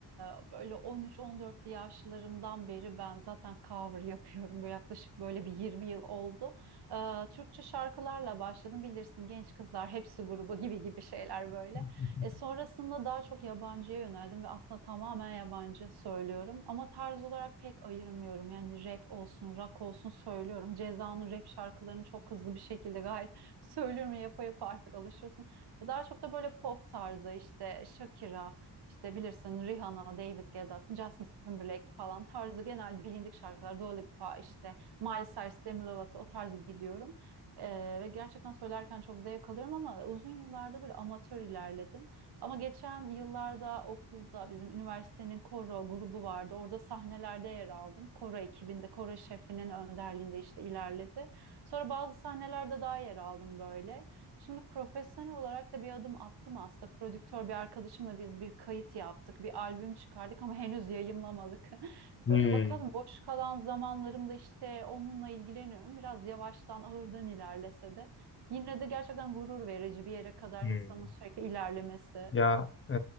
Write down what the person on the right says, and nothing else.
e, böyle 13-14 yaşlarımdan beri ben zaten cover <laughs> yapıyorum. Bu yaklaşık böyle bir 20 yıl oldu. Ee, Türkçe şarkılarla başladım bilirsin genç kızlar hepsi grubu gibi gibi şeyler böyle.
E, sonrasında daha çok yabancıya yöneldim ve aslında tamamen yabancı söylüyorum. Ama tarz olarak pek ayırmıyorum. Yani rap olsun, rock olsun söylüyorum. Ceza'nın rap şarkılarını çok hızlı bir şekilde gayet <laughs> söylüyorum. Yapa yapa artık alışıyorsun. Daha çok da böyle pop tarzı işte Shakira, işte bilirsin Rihanna, David Guetta, Justin Timberlake falan tarzı genel bilindik şarkılar. Dua Lipa işte Miles Cyrus, Demi Lovato o tarzı gidiyorum. Ee, ve gerçekten söylerken çok zevk alıyorum ama uzun yıllardır böyle amatör ilerledim. Ama geçen yıllarda okulda bizim üniversitenin koro grubu vardı. Orada sahnelerde yer aldım. Koro ekibinde, koro şefinin önderliğinde işte ilerledi. Sonra bazı sahnelerde daha yer aldım böyle. Şimdi profesyonel olarak da bir adım attım aslında. Prodüktör bir arkadaşımla biz bir kayıt yaptık, bir albüm çıkardık ama henüz yayımlamadık. <laughs>
E, Bakalım boş kalan zamanlarımda işte onunla ilgileniyorum. Biraz yavaştan ağırdan ilerlese de. Yine de gerçekten gurur verici bir yere kadar
insanın sürekli ilerlemesi.